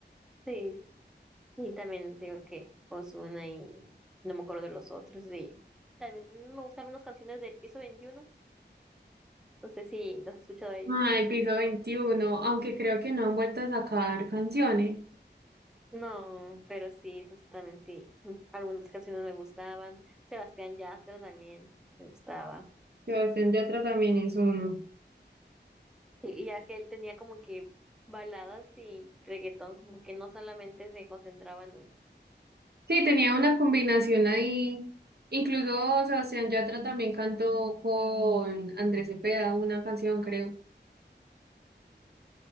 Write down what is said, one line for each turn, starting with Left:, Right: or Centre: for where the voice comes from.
Centre: Sí, y también digo que Ozuna y no me acuerdo de los otros, sí. También me gustaron unas canciones de Piso 21, no sé si las has escuchado a ellos.
Right: Ay, Piso 21, aunque creo que no han vuelto a sacar canciones.
Centre: No, pero sí, eso también sí. Mm, Algunas canciones me gustaban. Sebastián Yatra también me gustaba.
Right: Sebastián Yatra también es uno.
Centre: Y, y ya es que él tenía como que baladas y reggaetón, como que no solamente se concentraba en uno.
Right: Sí, tenía una combinación ahí. Incluso Sebastián Yatra también cantó con Andrés Cepeda una canción, creo.